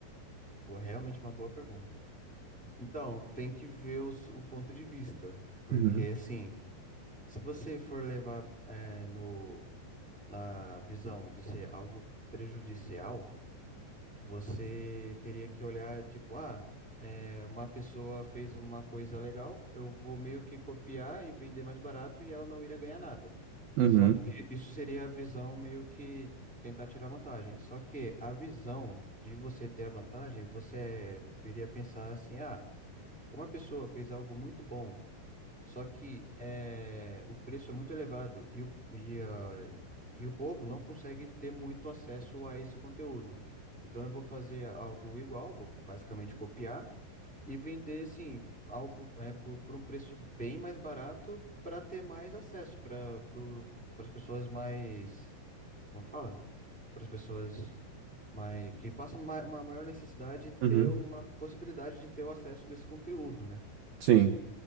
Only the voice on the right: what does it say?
Uhum,
uhum,
uhum.
Sim.